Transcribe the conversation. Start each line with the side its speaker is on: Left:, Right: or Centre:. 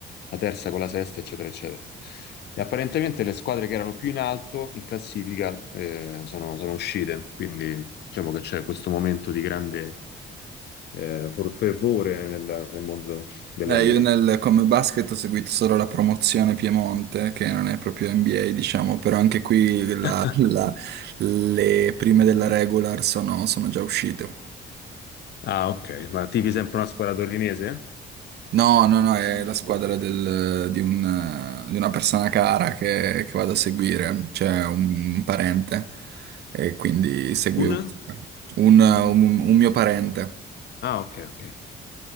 Left: la terza con la sesta, eccetera, eccetera. E apparentemente le squadre che erano più in alto in classifica eh, sono, sono uscite, quindi diciamo che c'è questo momento di grande eh, fervore nel, nel mondo dell'NBA.
Right: Eh, io nel, come basket ho seguito solo la promozione Piemonte, che non è proprio NBA, diciamo, però anche qui
Left: <laughs>
Right: la- la- le prime della regular sono sono già uscite.
Left: Ah, ok. Ma tifi sempre una squadra torinese?
Right: No, no, no, è la squadra del- di, un- di una persona cara che, che vado a seguire, c'è un parente e quindi seguivo
Left: Un?
Right: un, un- un mio parente.
Left: Ah, ok, ok.